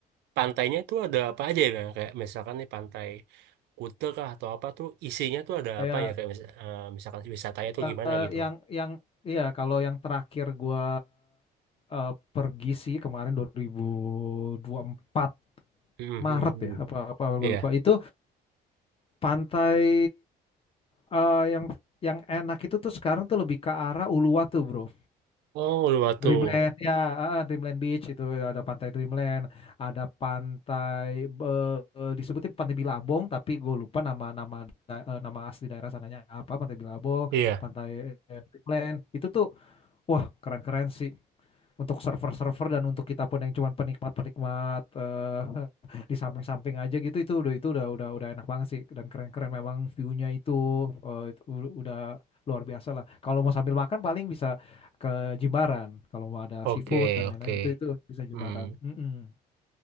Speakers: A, on the right (about 80°); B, on the left (about 35°).
A: pantainya tuh ada apa aja ya Bang? Kayak misalkan nih pantai Kuta kah atau apa tuh isinya tuh ada
B: Eh,
A: apa
B: ya
A: ya? Kayak mis- eh, misalkan wisatanya tuh
B: eh,
A: gimana
B: eh,
A: gitu
B: yang
A: Bang?
B: yang iya kalau yang terakhir gua eh, pergi sih kemarin 2024
A: Hmm,
B: Maret
A: hmm, hmm.
B: ya apa apa gua
A: Iya.
B: lupa itu pantai eh, yang yang enak itu tuh sekarang tuh lebih ke arah Uluwatu bro
A: Oh, Uluwatu.
B: Dreamland ya eh, eh, Dreamland Beach itu ada pantai Dreamland ada pantai eh, eh, disebutin pantai Bilabong tapi gue lupa nama nama da- eh, nama asli daerah sananya apa pantai Bilabong
A: Iya.
B: pantai eh, Dreamland itu tuh wah keren-keren sih untuk server-server dan untuk kita pun yang cuman penikmat-penikmat eh, <laughs> di samping-samping aja gitu itu udah itu udah udah udah enak banget sih dan keren-keren memang view-nya itu, eh, itu udah luar biasa lah. Kalau mau sambil makan paling bisa ke Jimbaran. Kalau mau ada
A: Oke,
B: seafood dan
A: oke.
B: lain-lain gitu itu bisa Jimbaran.
A: Hmm.
B: Mm-mm.